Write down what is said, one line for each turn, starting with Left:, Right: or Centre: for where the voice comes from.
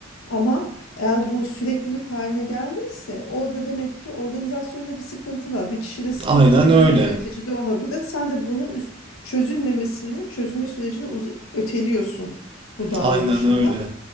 Left: ama eğer bu süreklilik haline geldiyse orada demek ki organizasyonda bir sıkıntı var bir kişide sıkıntı
Right: Aynen
Left: olabilir
Right: öyle.
Left: yöneticide olabilir sen de bunun üst, çözülmemesini çözülme sürecini uz- öteliyorsun bu davranışınla.
Right: Aynen öyle.